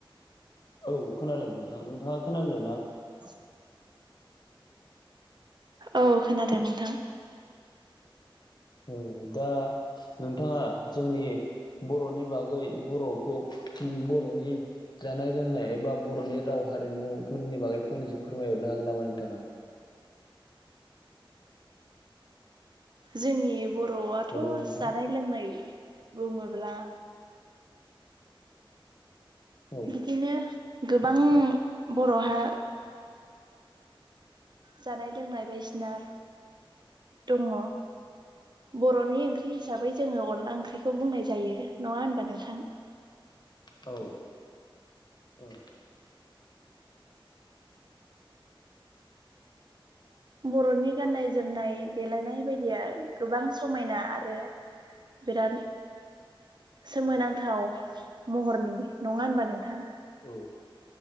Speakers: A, on the left; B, on the right.
A: औ खोनादों नोंथां नोंथाङा खोनादों ना
B: <inaudible> औ खोनादों नोंथां
A: औ दा नोंथाङा जोंनि बर'नि बागै बर'खौ बर'नि जानाय लोंनाय एबा बर'नि राव हारिमुफोरनि बागै फंनैसो फोरमायहरनो हागोन नामा नोंथाङा?
B: जोंनि बर'आथ'
A: हेलौ नोंथां
B: जानाय लोंनाय बुङोब्ला
A: औ
B: बिदिनो गोबां बर'हा जानाय लोंनाय बायदिसिना दङ बर'नि ओंख्रि हिसाबै जोङो अनला ओंख्रिखौ बुंनाय जायो नङा होनबा नोंथां?
A: औ औ
B: बर'नि गाननाय जोमनाय देलायनाय बायदिया गोबां समायना आरो बिराद सोमोनांथाव महरनि नङा होनबा नोंथां
A: औ